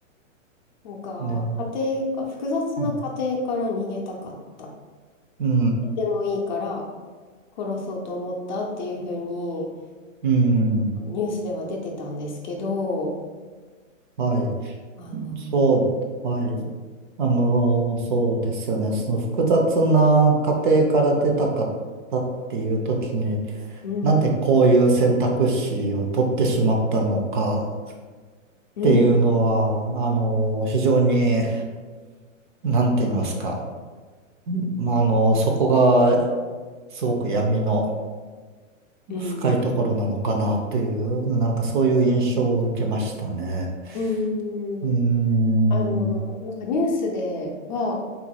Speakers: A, on the left (about 35°); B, on the right (about 40°).
A: なんか、
B: ね、
A: 家庭か、複雑な家庭から逃げたかった。
B: うん、
A: でもいいから殺そうと思ったっていうふうに、
B: うん、
A: ニュースでは出てたんですけど、
B: はい。
A: あの、
B: そう、はい。あのーそうですよね。その複雑な家庭から出たかったっていう時に、
A: うん、
B: なんでこういう選択肢を取ってしまったのかっ
A: うん、
B: ていうのは、あのー非常に、なんて言いますか。まあ、あのーそこがすごく闇の
A: うん、
B: 深いところなのかなという、なんかそういう印象を受けましたね。
A: うん、
B: うーん、
A: あの、なんかニュースでは、